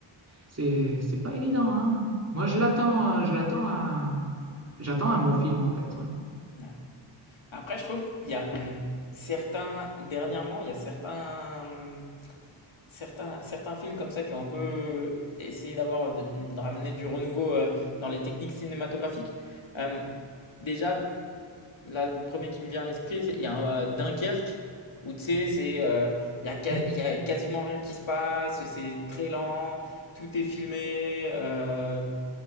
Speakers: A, on the right; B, on the left.
A: C'est, c'est pas évident, hein. Moi, je l'attends, euh, je l'attends à... J'attends un bon film, en fait, ouais.
B: Ouais. Après, je trouve il y a hum, certains dernièrement, il y a certains hum, certains certains films comme ça qui ont un peu essayé d'avoir de, hum, de ramener du renouveau euh, dans les techniques cinématographiques. Euh, déjà, là, le premier qui me vient à l'esprit, il y a un, euh, Dunkerque où tu sais, c'est euh, il y a, ca-
A: Mm.
B: il y a quasiment rien qui se passe, c'est très lent, tout est filmé, euh,